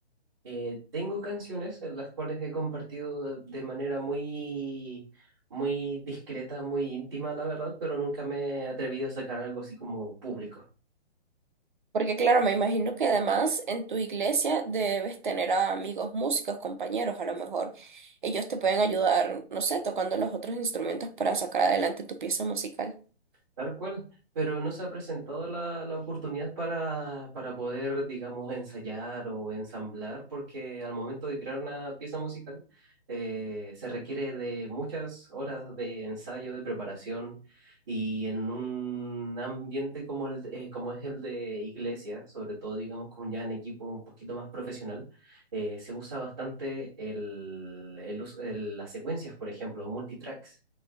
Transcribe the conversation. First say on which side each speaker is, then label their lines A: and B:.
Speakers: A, on the right; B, on the right.
A: Eh, tengo canciones en las cuales he compartido de manera muy, muy discreta, muy íntima, la verdad, pero nunca me he atrevido a sacar algo así como público.
B: Porque claro, me imagino que además en tu iglesia debes tener a amigos músicos, compañeros, a lo mejor ellos te pueden ayudar, no sé, tocando los otros instrumentos para sacar adelante tu pieza musical.
A: Tal cual, pero no se ha presentado la, la oportunidad para, para poder, digamos, ensayar o ensamblar, porque al momento de crear una pieza musical eh, se requiere de muchas horas de ensayo, de preparación, y en un ambiente como, el, eh, como es el de iglesia, sobre todo, digamos, como ya en equipo un poquito más profesional, eh, se usa bastante el, el us- el- las secuencias, por ejemplo, multitracks